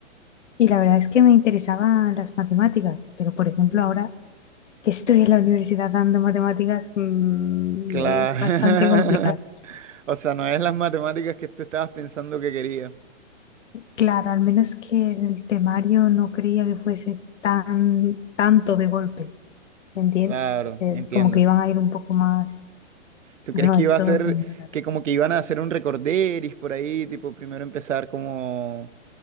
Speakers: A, on the left (about 75°); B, on the right (about 85°).
A: y la verdad es que me interesaban las matemáticas, pero por ejemplo ahora que estoy en la universidad dando matemáticas mm,
B: Claro.
A: es bastante complicado.
B: <laughs> O sea, no es las matemáticas que tú estabas pensando que quería.
A: Claro, al menos que el temario no creía que fuese tan tanto de golpe, ¿me entiendes?
B: Claro,
A: Que, eh,
B: entiendo.
A: como que iban a ir un poco más,
B: ¿Tú
A: pero
B: crees
A: no,
B: que
A: es
B: iba
A: todo
B: a ser,
A: como muy rápido.
B: que como que iban a hacer un recorderis por ahí, tipo primero empezar como,